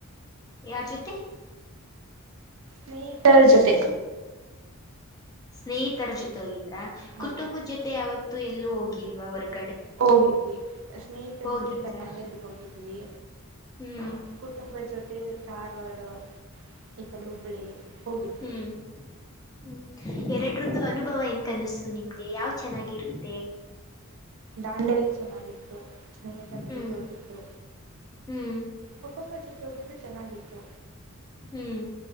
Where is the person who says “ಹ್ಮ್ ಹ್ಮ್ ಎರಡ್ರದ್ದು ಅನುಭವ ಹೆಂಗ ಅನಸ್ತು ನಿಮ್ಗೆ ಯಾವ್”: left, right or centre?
Left